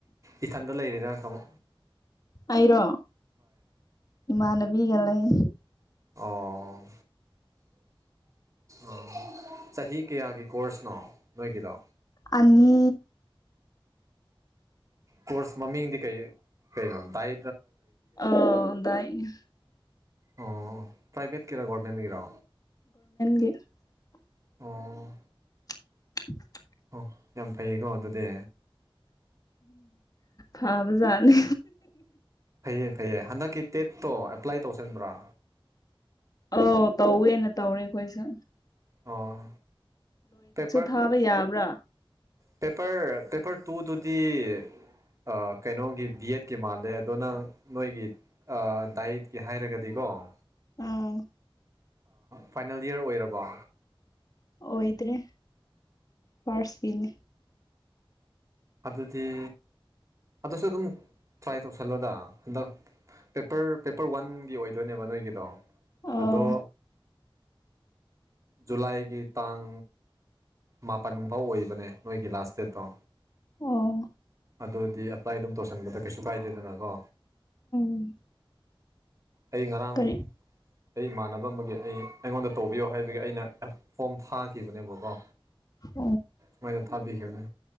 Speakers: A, on the right; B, on the left.
A: ꯏꯊꯟꯗ ꯂꯩꯔꯤꯔꯥ ꯀꯥꯃꯣ
B: ꯑꯩꯔꯣ ꯏꯃꯥꯟꯅꯕꯤꯒ ꯂꯩ
A: ꯑꯣ ꯑ ꯆꯍꯤ ꯀꯌꯥꯒꯤ ꯀꯣꯔꯁꯅꯣ ꯅꯣꯏꯒꯤꯗꯣ
B: ꯑꯅꯤ
A: ꯀꯣꯔꯁ ꯃꯃꯤꯡꯗꯤ ꯀꯩ ꯀꯩꯅꯣ ꯇꯥꯏ
B: ꯑꯣꯗꯏꯅꯦ
A: ꯑꯣ ꯄ꯭ꯔꯥꯏꯚꯦꯠꯀꯤꯔꯥ ꯒꯣꯔꯃꯦꯟꯒꯤꯔꯥ
B: ꯍ
A: ꯑꯣ
B: <unintelligible>
A: ꯑꯣ ꯌꯥꯝ ꯐꯩꯌꯦꯀꯣ ꯑꯗꯨꯗꯤ
B: ꯍꯥꯥ ꯖꯔꯅꯦ
A: ꯐꯩꯌꯦ ꯐꯩꯌꯦ ꯍꯟꯗꯛꯀꯤ ꯇꯦꯠꯇꯣ ꯑꯦꯄ꯭ꯂꯥꯏ ꯇꯧꯁꯟꯕ꯭ꯔꯥ
B: ꯑꯥꯎ ꯇꯧꯋꯦꯅ ꯇꯧꯔꯦ ꯑꯩꯈꯣꯏꯁꯦ
A: ꯑꯣ ꯄꯦꯄꯔ
B: ꯊꯥꯕ ꯌꯥꯕ꯭ꯔꯥ
A: ꯄꯦꯄꯔ ꯄꯦꯄꯔ ꯇꯨ ꯗꯗꯨꯇ ꯇ ꯀꯩꯅꯣꯒꯤ ꯕꯤ ꯑꯦꯗꯀꯤ ꯃꯥꯜꯂꯦ ꯑꯗꯨꯗꯣ ꯅꯪ ꯅꯣꯏꯒꯤ ꯗꯥꯏꯠꯀꯤ ꯍꯥꯏꯔꯒꯗꯤꯀꯣ ꯑꯣ
B: ꯎꯝ
A: ꯐꯥꯏꯅꯦꯜ ꯏꯔ ꯑꯣꯏꯔꯕ
B: ꯑꯣꯏꯗ꯭ꯔꯦ ꯐꯅꯤ
A: ꯑꯗꯗꯤ ꯑꯗꯁꯨ ꯑꯗꯨ ꯑꯗꯨꯝ ꯇ꯭ꯔꯥꯏ ꯇꯧꯁꯜꯂꯣꯗ ꯍꯟꯗꯛ ꯄꯦꯄꯔ ꯄꯦꯄꯔ ꯋꯥꯟꯒꯤ ꯑꯣꯏꯗꯣꯏꯅꯦꯕ ꯅꯣꯏꯒꯤꯗꯣ
B: ꯑꯣ
A: ꯑꯗꯣ ꯖꯨꯂꯥꯏꯒꯤ ꯇꯥꯡ ꯃꯥꯄꯜ ꯐꯥꯎ ꯑꯣꯏꯕꯅꯦ ꯅꯣꯏꯒꯤ ꯂꯥꯁ ꯗꯦꯠꯇꯣ
B: ꯑꯣ
A: ꯑꯗꯨꯗꯤ ꯑꯦꯄ꯭ꯂꯥꯏ ꯑꯗꯨꯝ ꯇꯧꯁꯟꯕꯗ ꯀꯩꯁꯨ ꯀꯥꯏꯗꯦꯗꯅꯀꯣ
B: ꯎꯝ
A: ꯑꯩ ꯉꯔꯥꯡ
B: ꯀꯔꯤ
A: ꯑꯩ ꯏꯃꯥꯟꯅꯕ ꯑꯃꯒꯤ ꯑꯩ ꯑꯩꯉꯣꯟꯗ ꯇꯧꯕꯤꯌꯣ ꯍꯥꯏꯕꯒꯤ ꯑꯩꯅ ꯐꯣꯝ ꯊꯥꯈꯤꯕꯅꯦꯕꯀꯣ
B: <unintelligible>
A: ꯁꯥꯏ ꯇ ꯊꯥꯕꯤ ꯈꯃꯦ